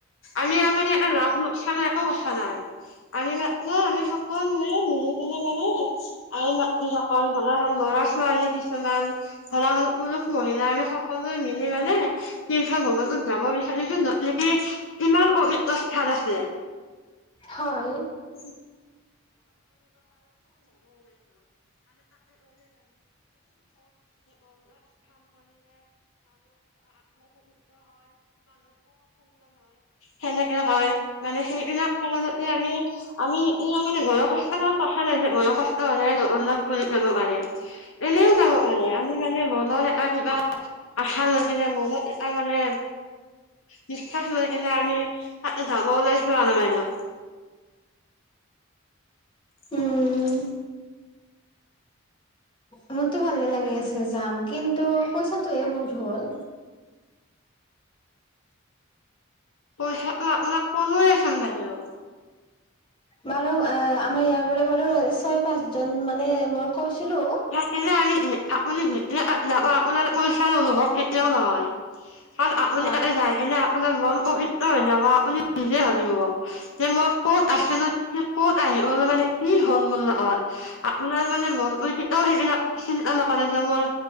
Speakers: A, on the left; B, on the left.
A: আমি আমাৰ ইয়াতে লাভ‌ লোকচান একো কথা নাই। আমি অ' আমি সকলোৰে মিলি পিনে মানে <unintelligible> লৰা ছোৱালী কিছুমান। ধৰা হ'ল পুৰুষ মহিলা আমি সকলোৱে মিলি মানে তীৰ্থ ভ্ৰৱন টোত যাব বিচাৰিছো য'ত কিমান পবিত্ৰ স্থান আছে।
B: হয়।
A: <unintelligible> <unintelligible> <unintelligible> সেনেকে হয় মানে সেইবিলাক কাৰণতে আমি আমি ই মানে বয়সস্থৰ লগত কথা নাই যে মনৰ কষ্ট হ'লেহে <unintelligible> যাব পাৰে। এনেও যাওঁ মানে আমি মানে মনৰ এটা কিবা <unintelligible> আশা লৈ পেলাই মনত এটা মানে বিশ্বাস লৈ কেনে আমি তাতে যাব ওলাইছিলো আৰু <inaudible>
B: উম মোৰতো ভালে লাগি আছে যাম। কিন্তু পইচাটোহে বহুত হ'ল।
A: পইচাটো আপোনাক ক'লোৱে চোন বাইদেউ।
B: বাৰু আ আমাৰ ইয়াৰ পৰা বাৰু ছয় পাঁচজন মানে মই কৈছিলো
A: সিদিনা আপুনি যি দিনা যাব আপোনাৰ পইছাৰ অনুভৱ কেতিয়াও নহয়। কাৰণ আপুনি
B: হয়
A: তাতে যায় কেনে আপোনাৰ মন পবিত্ৰ হৈ যাব আপুনি নিজে ভাবিব। যে মই ক'ত আছিলো এতিয়া ক'ত আহি গলোঁ মানে কি হ'ল মোৰ লগত। <unintelligible> মানে মনটোৱে কেতিয়াও সেইবিলাক চিন্তা নকৰে যে মোৰ